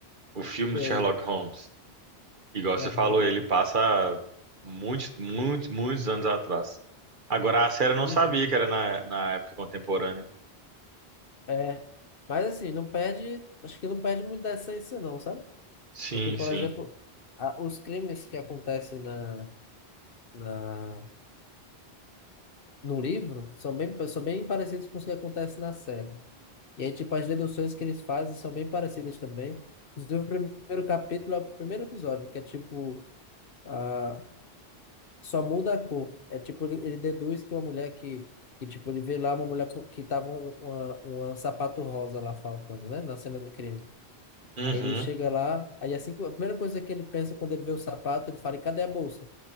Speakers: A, on the right (about 50°); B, on the left (about 60°).
A: O filme
B: Sei.
A: do Sherlock Holmes. Igual
B: Aham.
A: você falou, ele passa muitos, muitos, muitos anos atrás. Agora a série eu não
B: Uhum.
A: sabia que era na, na época contemporânea.
B: É. Mas assim, não perde. Acho que não perde muito da essência, não, sabe?
A: Sim,
B: Porque, por
A: sim.
B: exemplo, a- os crimes que acontecem na, na, no livro são bem, são bem parecidos com os que acontecem na série. E aí, tipo, as deduções que eles fazem são bem parecidas também. Inclusive, o primeiro capítulo é o primeiro episódio, que é tipo, ah, só muda a cor. É tipo, ele, ele deduz que uma mulher que, que, tipo, ele vê lá uma mulher com- que tava um, uma, uma sapato rosa lá faltando, né? Na cena do crime.
A: Uhum.
B: Aí ele chega lá, aí assim, que- a primeira coisa que ele pensa quando ele vê o sapato, ele fala, e cadê a bolsa?